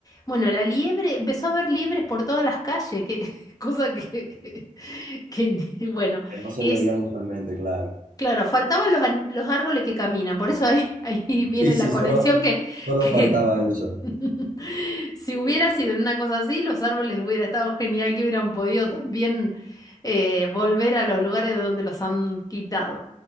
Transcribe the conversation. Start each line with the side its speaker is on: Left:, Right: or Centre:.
Left: bueno, la liebre, empezó a haber liebres por todas las calles, que <laughs> cosa que, <laughs> que bueno,
Right: que no se
Left: es
Right: veían usualmente, claro.
Left: claro, faltaban los, an- los árboles que caminan, por eso ahí, ahí viene
Right: Sí, sí,
Left: la conexión
Right: solo,
Left: que
Right: solo
Left: que
Right: faltaba eso.
Left: <laughs> Si hubiera sido en una cosa así, los árboles hubiera estado genial que hubieran podido también eh, volver a los lugares de donde los han quitado.